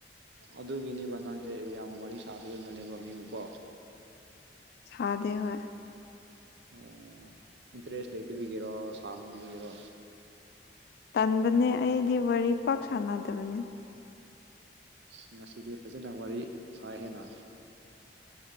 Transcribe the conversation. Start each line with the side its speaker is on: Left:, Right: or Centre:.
Right: ꯑꯗꯨꯒꯤꯅꯦꯕ ꯅꯪꯁꯦ ꯌꯥꯝ ꯋꯥꯔꯤ ꯁꯥꯗꯕ ꯃꯥꯜꯂꯦꯕ ꯃꯤꯕꯨꯀꯣ
Left: ꯁꯥꯗꯦ ꯍꯣꯏ
Right: ꯑꯣ ꯏꯟꯇ꯭ꯔꯦꯁ ꯂꯩꯇꯕꯤꯒꯤꯔꯣ ꯁꯥꯅꯤꯡꯗ꯭ꯔꯤꯒꯤꯔꯣ
Left: ꯇꯟꯕꯅꯦ ꯑꯩꯗꯤ ꯋꯥꯔꯤ ꯄꯥꯛ ꯁꯥꯟꯅꯗꯕꯅꯦ
Right: ꯑꯁ ꯉꯁꯤꯗꯤ ꯐꯖꯅ ꯋꯥꯔꯤ ꯁꯥꯏꯍꯦꯅꯥ